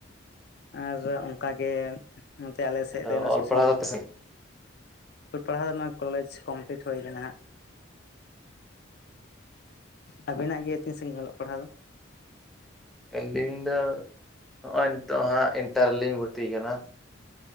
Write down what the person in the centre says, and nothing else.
ᱟᱫᱚ ᱚᱞ
ᱯᱟᱲᱦᱟᱣ ᱫᱚ
ᱛᱤᱥ
ᱟᱹᱞᱤᱧ ᱫᱚ ᱱᱚᱜᱼᱚᱭ ᱱᱤᱛᱚᱜ ᱦᱟᱸᱜ ᱤᱱᱴᱟᱨ ᱨᱮᱞᱤᱧ ᱵᱷᱚᱨᱛᱤ ᱠᱟᱱᱟ᱾